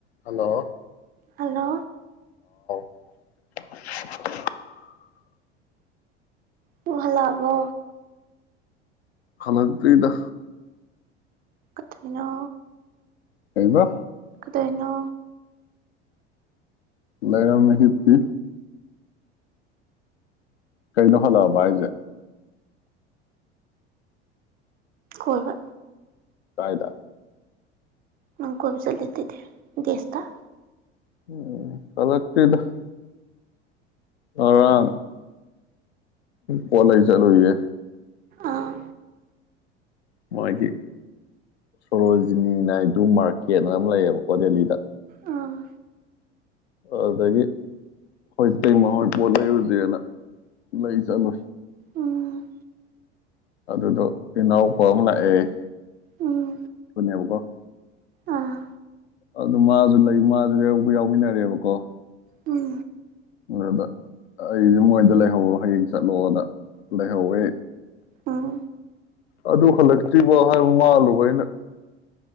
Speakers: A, on the left; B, on the right.
A: Hello
B: hello
A: <inaudible> <unintelligible>
B: ꯀꯍꯂꯕꯣ
A: ꯐꯂꯛꯇꯔꯤꯗ
B: ꯑꯊꯣꯏꯅꯣ
A: ꯀꯩꯕ
B: ꯀꯗꯣꯏꯅꯣ
A: ꯂꯩꯔꯝ ꯃꯍꯤꯀꯤ ꯀꯩꯅꯣ ꯍꯜꯂꯛꯑꯕ ꯍꯥꯖꯦ
B: ꯀꯣꯏꯕ
A: ꯀꯥꯏꯗ
B: ꯃꯀ ꯆꯠꯂꯇ ꯒꯦꯁꯇꯗ
A: ꯎꯝ ꯐꯂꯥꯛꯇꯗ ꯔꯥꯡ ꯀꯣꯂ ꯆꯂꯨꯦ
B: ꯑꯥ
A: ꯃꯣꯏꯒꯤ ꯁꯣꯔꯣꯖꯤꯅꯤꯅ ꯗꯨ ꯃꯥꯔꯀꯦꯠꯅ ꯑꯃ ꯂꯩꯌꯦꯕꯀꯣ ꯗꯦꯜꯂꯤꯗ
B: ꯑꯥ
A: ꯑꯗꯨꯗꯒꯤ ꯍꯣꯏꯇꯩꯩꯃꯣꯏ ꯄꯣꯠ ꯂꯩꯔꯨꯁꯦꯅ ꯂꯩ ꯆꯠꯂꯨ
B: ꯎꯝ
A: ꯑꯗꯨꯗꯣ ꯏꯅꯥꯎꯄꯥ ꯑꯃ ꯂꯥꯛꯑꯦ
B: ꯎꯝ
A: ꯌꯥꯅꯦꯕꯀꯣ
B: ꯑꯥ
A: ꯑꯗꯨ ꯃꯥꯁꯨ ꯂꯩ ꯃꯥꯁꯨ ꯌꯧꯕ ꯌꯥꯎꯃꯤꯟꯅꯔꯦꯕꯀꯣ
B: ꯎꯝ
A: ꯔꯕꯔ ꯑꯩꯁꯦ ꯃꯣꯏꯗ ꯂꯩꯍꯧꯔꯣ ꯍꯌꯦꯡ ꯆꯠꯂꯣꯗ ꯂꯩꯍꯧꯋꯦ
B: ꯎꯝ
A: ꯑꯗꯨ ꯍꯜꯂꯛꯇ꯭ꯔꯤꯕꯣ ꯍꯥꯏꯕ ꯃꯥꯜꯂꯨꯕ ꯑꯩꯅ